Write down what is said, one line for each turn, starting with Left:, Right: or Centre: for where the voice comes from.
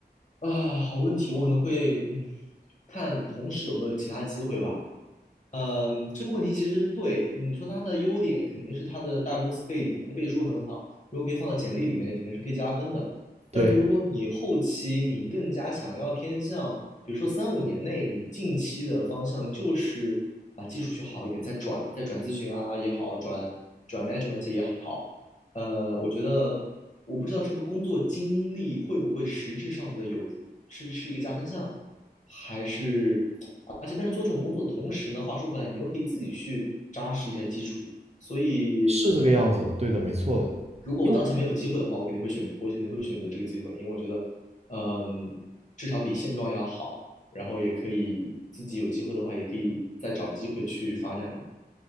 Left: 啊，好问题，我可能会嗯看同时有没有其他机会吧。呃，这个问题其实对你说它的优点肯定是它的大公司背景，它的背书很好，如果可以放到简历里面，肯定是可以加分的。
Right: 对，
Left: 但是如果你后期你更加想要偏向，比如说三五年内，你近期的方向就是把技术学好一点，再转再转咨询啊也好，转转 management 也好，呃，我觉得我不知道这个工作经历会不会实质上的有是是一个加分项，还是，而且但是做这种工作的同时呢，话说回来，你又可以自己去扎实一下基础。所以，
Right: 是这个样子，对的，没错。
Left: 如果我当前没有机会的话，
Right: 因为
Left: 我肯定会选，我肯定会选择这个机会，因为我觉得，嗯，至少比现状要好，然后也可以自己有机会的话，也可以再找机会去发展嘛。